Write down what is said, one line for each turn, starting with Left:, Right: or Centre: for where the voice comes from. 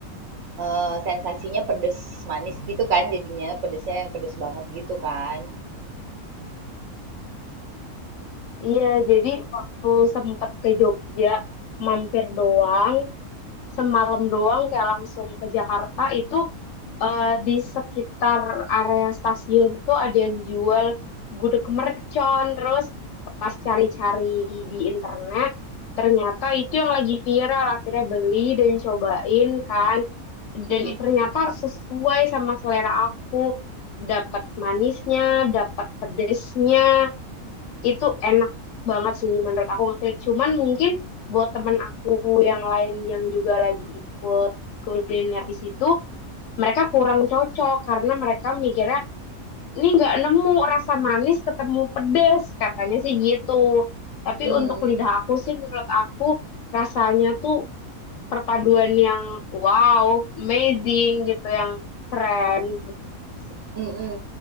Right: eee, sensasinya pedes manis gitu kan jadinya, pedesnya yang pedes banget gitu kan.
Left: Iya, jadi waktu sempat ke Jogja mampir doang semalam doang kayak langsung ke Jakarta itu eh, di sekitar area stasiun tuh ada yang jual gudeg mercon terus pas cari-cari di internet ternyata itu yang lagi viral akhirnya beli dan cobain kan
Right: Mhm,
Left: dan ternyata sesuai sama selera aku dapat manisnya dapat pedesnya itu enak banget sih menurut aku ngeklik. Cuman mungkin buat temen aku yang lain yang juga lagi ikut kuliner di situ, mereka kurang cocok karena mereka mikirnya ini nggak nemu rasa manis ketemu pedes katanya sih gitu. Tapi
Right: mmm,
Left: untuk lidah aku sih menurut aku rasanya tuh perpaduan yang wow, amazing gitu, yang keren gitu sih.
Right: mhm, mhm.